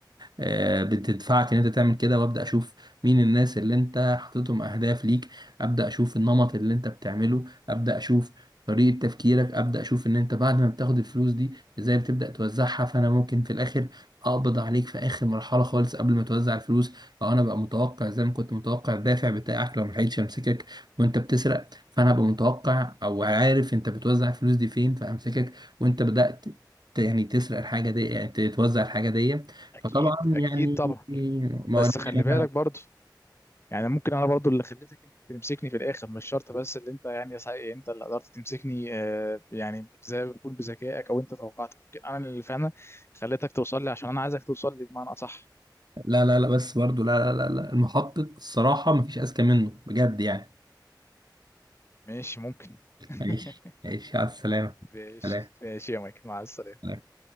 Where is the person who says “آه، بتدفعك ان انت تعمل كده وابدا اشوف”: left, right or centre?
Right